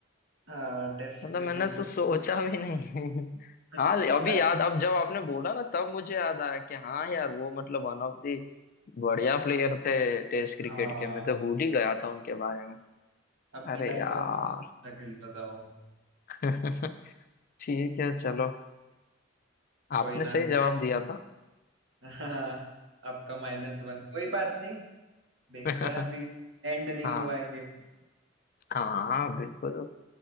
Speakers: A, on the right; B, on the left.
A: हाँ टेस्ट
B: मतलब
A: क्रिकेट
B: मैंने सो
A: में
B: सोचा भी नहीं <laughs>
A: <laughs>
B: हाँ अभी
A: अच्छा
B: याद अब जब आपने बोला ना तब मुझे याद आया कि हाँ यार वो मतलब वन ऑफ दी बढ़िया प्लेयर थे टेस्ट क्रिकेट
A: हाँ
B: के मैं तो भूल ही गया था उनके बारे में
A: अपने
B: अरे
A: टाइम
B: यार
A: पे बहुत अच्छा खेलता था वो
B: <laughs> ठीक है चलो आपने
A: कोई ना
B: सही जवाब
A: <laughs>
B: दिया था
A: हाँ आपका माइनस वन कोई बात नहीं देखते
B: <laughs>
A: हैं अभी एंड नहीं
B: हाँ
A: हुआ है गेम
B: हाँ बिल्कुल